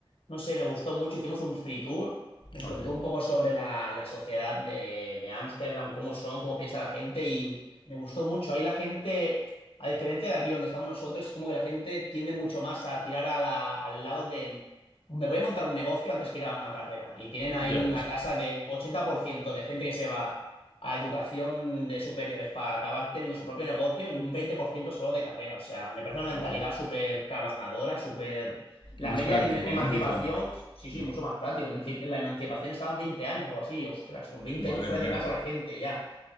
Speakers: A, on the left (about 75°); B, on the left (about 55°).
A: no sé, me gustó mucho, hicimos un free tour, nos
B: Ole,
A: contó un poco sobre la, la sociedad de, de Ámsterdam, cómo son, cómo piensa la gente, y me gustó mucho, ahí la gente... A diferencia de aquí donde estamos nosotros, es como que la gente tiende mucho más a tirar a la- al lado de me voy a montar un negocio antes que ir a una carrera. Y tienen ahí
B: ya
A: una
B: ves.
A: tasa de 80% de gente que se va a educación de superiores para acabar teniendo su propio negocio y un 20% solo de carrera. O sea, me parece una
B: Wow.
A: mentalidad súper trabajadora, súper...
B: Más
A: La media
B: práctico,
A: de em- emancipación,
B: ¿no? Quizá.
A: sí,
B: Mm,
A: sí, mucho más práctica. Emanci- La emancipación estaba en 20 años o algo así. Ostras, con 20
B: Madre
A: años fuera
B: mía.
A: de casa la gente ya.